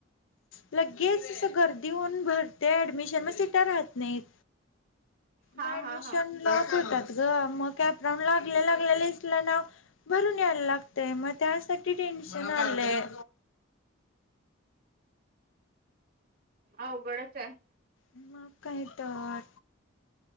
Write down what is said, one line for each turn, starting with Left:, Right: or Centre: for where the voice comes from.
Left: लगेच अस गर्दी होऊन भरते ऍडमिशन, मग सिटा राहत नाहीत.
Right: हा
Left: मग ऍडमिशन
Right: हा हा
Left: लॉक होतात ग, मग कॅप राऊंड लागल्या लागल्या लिस्टला नाव भरून यायला लागतय मग त्यासाठी टेन्शन आलंय.
Right: अवघडच हाय.
Left: मग काय तर.